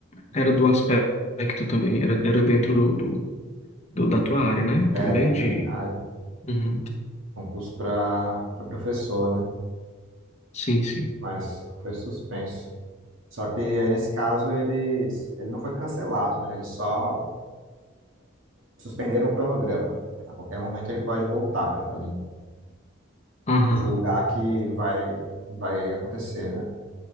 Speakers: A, on the right; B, on the left.
A: o-
B: era do aspecto também, era, era dentro do, do, do- da tua área, né?
A: é,
B: Também
A: dentro
B: de.
A: da minha área.
B: Uhum.
A: Concurso para professor, né?
B: Sim, sim.
A: Mas foi suspenso. Só que aí, nesse caso, eles, ele não foi cancelado, né? Eles só suspenderam o cronograma. A qualquer momento ele pode voltar, né? Podem
B: Aham.
A: divulgar que vai, vai acontecer, né?